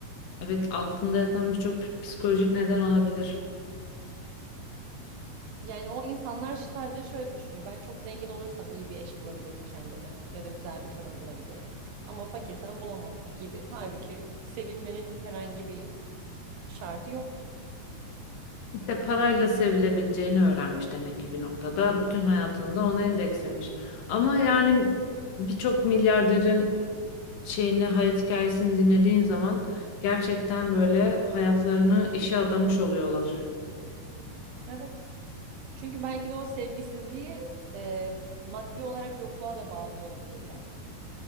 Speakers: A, on the left; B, on the right.
A: evet altında yatan birçok psikolojik neden olabilir.
B: Yani o insanlar sadece şöyle düşünüyor. Ben çok zengin olursam iyi bir eş bulabilirim kendime ya da güzel bir kadın bulabilirim. Ama fakirsem bulamam gibi. Halbuki sevilmenin herhangi bir şartı yoktu.
A: İşte parayla sevilebileceğini öğrenmiş demek ki bir noktada. Bütün hayatında da ona endekslemiş. Ama
B: Evet.
A: yani birçok milyarderin şeyini hayat hikayesini dinlediğin zaman gerçekten böyle hayatlarını işe adamış oluyorlar.
B: Evet. Çünkü belki de o sevgisizliği e, maddi olarak yokluğa da bağlıyor olabilirler.